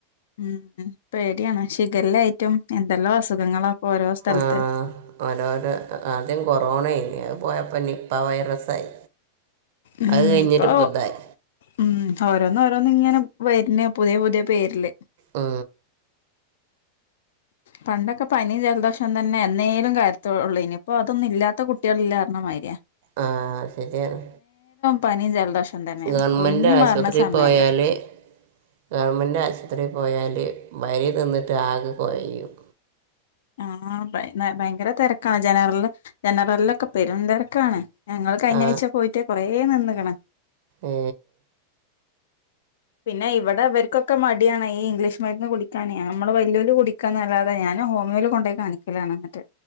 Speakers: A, on the left; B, on the right.
A: ഉം പേടിയാണ് ഷിഖല്ലായിട്ടും എന്തെല്ലാം അസുഖങ്ങളാ ഇപ്പൊ ഓരോ സ്ഥലത്ത്
B: ആ ഓരോരോ ആദ്യം കൊറോണേനി അത് പോയപ്പം നി പ്പ വൈറസായി
A: ഉം
B: അത് കഴിഞ്ഞിട്ട്പ്പതായി
A: ഇപ്പൊ ഉം ഓരോന്ന് ഓരോന്ന് ഇങ്ങനെ വര്ന്ന് പുതിയ പുതിയ പേരില്
B: ഉം
A: പണ്ടെക്കെ പനിയും ജലദോഷം തന്നെ എന്നേലും കാലത്തോള്ളേനി ഇപ്പതൊന്നും ഇല്ലാത്ത കുട്ട്യാള് ഇല്ലാ പറ്ഞ്ഞമാരിയാ
B: ആഹ് ശെരിയാണ്
A: പനി ജലദോഷം തന്നെയാണ്
B: ഗവൺമെന്റ്
A: ഒഴിഞ്ഞു
B: ആശുപത്രീ
A: മാറുന്ന സമയമല്ല
B: പോയാല് ഗവൺമെന്റ് ആശൂപത്രി പോയാല് വരി നിന്നിട്ട് ആകെ കൊഴയും
A: ആഹ് ഭയ ഭയങ്കര തെരക്കാ ജനറില് ജനറ്ലൊക്കെ പെരും തെരക്കാണ് ഞങ്ങള് കഴിഞ്ഞാഴ്ച
B: ആ
A: പോയിട്ട് കൊറേ നിന്ന്ക്ക്ണ്
B: ഏ
A: പിന്നെ ഇവിടെ ഇവര്ക്കൊക്കെ മടിയാണ് ഈ ഇംഗ്ലീഷ് മര്ന്ന് കുടിക്കാനെ നമ്മള് വല്ല്യൊല് കുടിക്കാന്നല്ലാതെ ഞാ ഞാന് ഹോമിയോല് കൊണ്ടോയി കാണിക്കലാണ് ഇന്ന്ട്ട്